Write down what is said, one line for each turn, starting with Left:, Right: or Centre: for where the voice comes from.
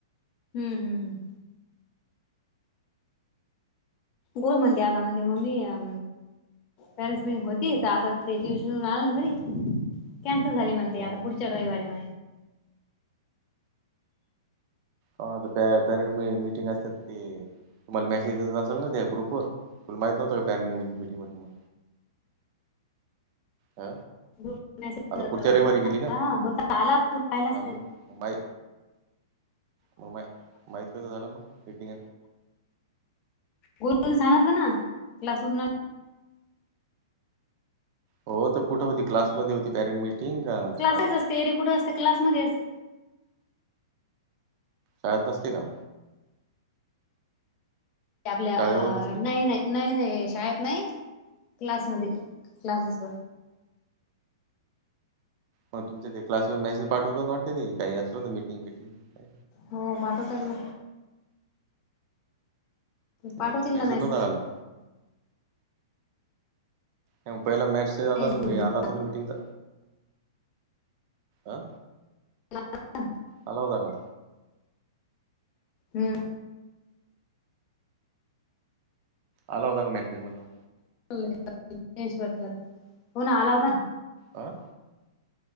Left: हम् हम् हम गुर मंदि आ मंद मम्मी अ पेरेंट्स मिटिंग होती तर आता ते ट्युशनन आलं ना घरी कॅन्सल झाली म्हणते
Right: हम्म.
Left: आता पुढच्या रविवारी म
Right: हो पॅरेंट मिीटिंग असते तर ते तुम्हाला मेसेज असेल ना त्या ग्रुपवर तुला माही नव्हं का पॅरेंट मिटिंगवरती मग हा
Left: ग्रुप मेसेज
Right: आता पुढच्या रविवारी गेली का
Left: हा होता आला असेल पाहिलाच
Right: ह मग
Left: नाही
Right: माय मग मा माहित झालं मग मीटिंग
Left: गर सांगतलं ना क्लासवर
Right: हो तर कुठे होती्समध्ये हो पॅरेंट मिट ट का
Left: क्लासेच
Right: शाळेत
Left: असते ए ररी कुठं असते क्लासमध्येच
Right: शाळत नसते का
Left: आपल्या
Right: शाळेवर नसते
Left: नाही नाही नाही नाही शाळेत नाही क्लासमध्ये क्लासेस वर
Right: मग तुमच्या ते क्लासवर मेसेज पाठवतो नटते ते काही असलं हो तर मीटिंग फिटिंग का
Left: हो पाच त्यांना पाठवतील
Right: मग पैसे
Left: ना मेसेज
Right: नव्हताकाला ग पहिला मॅच झाला
Left: हम्म
Right: आला असल मिीटिंगचा आा
Left: म
Right: हल हो द का
Left: हम्म
Right: आला होदा मॅसेज म्ह मण
Left: चेंज करतील आता हो ना आला होता
Right: आं